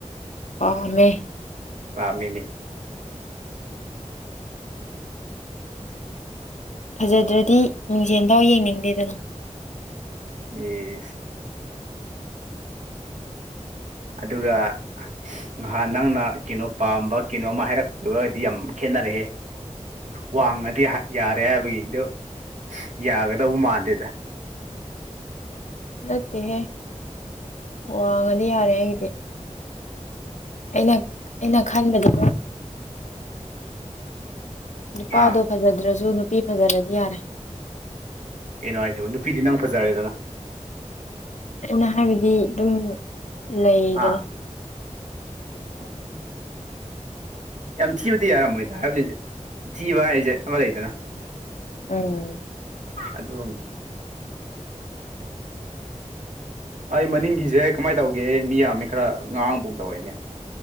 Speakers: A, on the left; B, on the right.
A: ꯄꯥꯝꯃꯦ
B: ꯄꯥꯝꯃꯦꯅꯦ
A: ꯐꯖꯥꯗ꯭ꯔꯗꯤ ꯃꯤꯡꯖꯦꯜꯐꯥꯎ ꯌꯦꯡꯅꯤꯡꯗꯦꯗꯥꯅ
B: ꯏꯁ ꯑꯗꯨꯒꯥ ꯉꯥꯍꯥꯟ ꯅꯪꯅ ꯀꯩꯅꯣ ꯄꯥꯝꯕ ꯀꯩꯅꯣꯝ ꯑꯃ ꯍꯥꯏꯔꯛꯄꯥꯒꯗꯤ ꯌꯥꯝ ꯈꯦꯠꯅꯔꯦꯍꯦ ꯋꯥꯡꯉꯥꯗꯤ ꯌꯥꯔꯦ ꯍꯥꯏꯕꯒꯤꯗꯨ ꯌꯥꯒꯗꯧꯃꯥꯟꯗꯦꯗ
A: ꯅꯠꯇꯦꯍꯦ ꯋꯥꯡꯉꯥꯗꯤ ꯌꯥꯔꯦ ꯑꯩꯒꯤꯗꯤ ꯑꯩꯅ ꯑꯩꯅ ꯈꯟꯕꯗꯤ ꯅꯨꯄꯥꯗꯣ
B: ꯑꯥ
A: ꯐꯖꯥꯗ꯭ꯔꯁꯨ ꯅꯨꯄꯤ ꯐꯖꯥꯔꯗꯤ ꯌꯥꯔꯦ
B: ꯀꯩꯅꯣ ꯍꯥꯏꯁꯤꯕꯨ ꯅꯨꯄꯤꯗꯤ ꯅꯪ ꯐꯖꯔꯦꯗꯥꯅ
A: ꯑꯩꯅ ꯍꯥꯏꯕꯗꯤ ꯑꯗꯨꯝ ꯂꯩꯗꯅ
B: ꯑꯥ <unintelligible> ꯌꯥꯝ ꯊꯤꯕꯗꯤ ꯌꯥꯔꯝꯃꯣꯏꯗꯥ ꯍꯥꯏꯕꯗꯤ ꯊꯤꯕ ꯍꯥꯏꯁꯦ ꯑꯃꯥ ꯂꯩꯗꯅ
A: ꯑꯪ
B: ꯑꯗꯨꯒꯨꯝꯕ ꯑꯩ ꯃꯅꯤꯡꯒꯤꯖ‌ꯦ ꯀꯃꯥꯏ ꯇꯧ <unintelligible> ꯃꯤ ꯌꯥꯝꯃꯦ ꯈꯔ ꯉꯥꯡꯕꯨꯝ ꯇꯧꯋꯦꯅꯦ